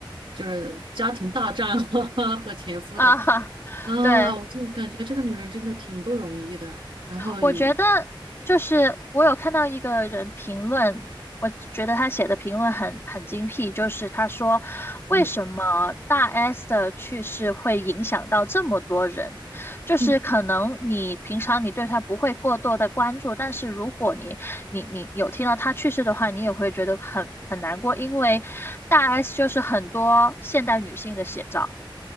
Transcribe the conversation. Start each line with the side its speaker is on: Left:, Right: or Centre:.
Right: 就是家庭大战 <laughs> 和前夫的
Left: 啊哈，<laughs>
Right: 啊，
Left: 对，
Right: 我就感觉这个女人真的挺不容易的，然后也
Left: 我觉得就是我有看到一个人评论，我觉得他写的评论很很精辟，就是他说为什么大
Right: 嗯
Left: S 的去世会影响到这么多人，就是可能你平常你对他不会过多的关注，
Right: 嗯。
Left: 但是如果你你你有听到他去世的话，你也会觉得很很难过，因为大 S 就是很多现代女性的写照。